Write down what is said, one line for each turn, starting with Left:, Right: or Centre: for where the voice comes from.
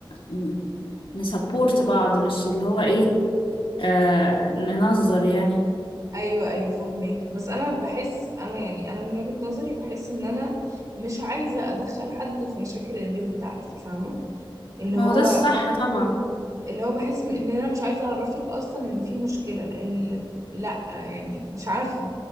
Left: ن- نسبورت بعض مش اللي هو ايه آه ننظر يعني
Right: ايوه ايوه فاهمك بس انا بحس انا يعني انا من وجهة نظري بحس ان انا مش عايزة ادخل حد في مشاكل البيت بتاعتي فاهمة اللي
Left: ما
Right: هو
Left: هو ده الصح طبعا
Right: اللي هو بحس م- ان انا مش عايزه اعرفك اصلا ان في مشكله لان لا يعني مش عارفه